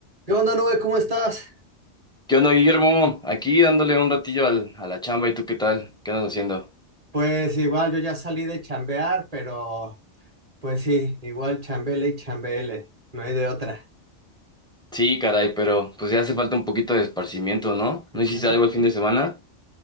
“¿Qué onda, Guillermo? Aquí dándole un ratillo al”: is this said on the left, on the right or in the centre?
Centre